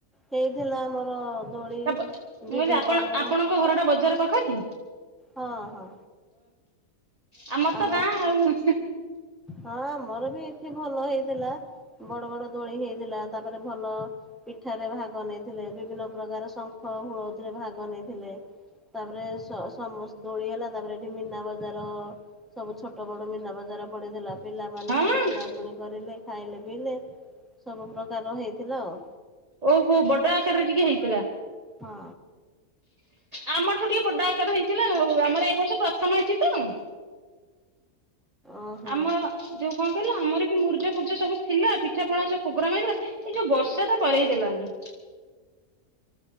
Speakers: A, in the centre; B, on the right.
A: ହେଇଥିଲା ଆମର ଦୋଳି
B: ମୁଁ କଛି
A: ବିଭିନ୍ନ
B: ଆପଣ
A: ବଡ଼ ବଡ଼
B: ଆପଣଙ୍କ ଘର ଟା ବଜାର ତଖତି
A: ହଁ ହଁ।
B: ଆ ମର
A: ଆମ
B: ତ ଗାଁ ଆଉ।
A: ହଁ। ଆମର ବି ଏଠି ଭଲ ହେଇଥିଲା ବଡ ବଡ ଦୋଳି ହେଇଥିଲା ତାପରେ ଭଲ ପିଠାରେ ଭାଗ ନେଇଥିଲେ ବିଭିନ୍ନ ପ୍ରକାର ଶଙ୍ଖ ହୁଳଦୀରେ ଭାଗ ନେଇଥିଲେ ତାପରେ ସମ ଦୋଳି ହେଲା ତାପରେ ଏଠି ମନା ବଜାର ସବୁ ଛଟ ବଡ଼ ମେନା ବଜାର ପଢ ଦେଥିଲା। ପିଲାମାନେ
B: ହଁ
A: ସବୁ କିଣାକିଣି କରିଲେ। ଖାଇଲେ ପିଇଲେ ସବୁ ପ୍ରକାର ହେଇଥିଲା ଆଉ।
B: ଓହୋ ବଟ ଆକାରରେ ଟିକେ ହେଇଥିଲା।
A: ହଁ।
B: ଆମଠୁ ଟିକେ ବଡ ଆକାର ହେଇଥିଲା ହଉ ଆମର ଏଇ ବର୍ଷ ପ୍ରଥମ ହେଇଛି ତ।
A: ଓହୋ।
B: ଆମର ଅ ଯୋଉ କଣ କହିଲା ଆମର ବି ମର୍ ପୂଜା ପୂଜା ସବୁ ଥିଲା ପିଠା ପଣା ସବୁ ପ୍ରୋଗ୍ରାମ ହେଇଥିଲା ଏଇ ଯୋଉ ବର୍ଷା ଟା କରେଇ ଦେଲାନି।